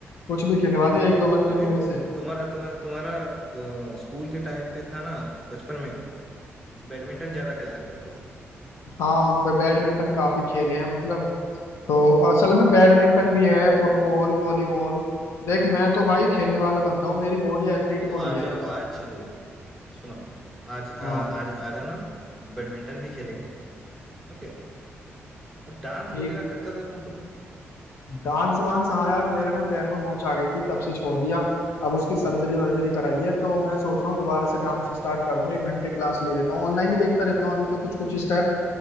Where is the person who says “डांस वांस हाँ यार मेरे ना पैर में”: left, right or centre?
Left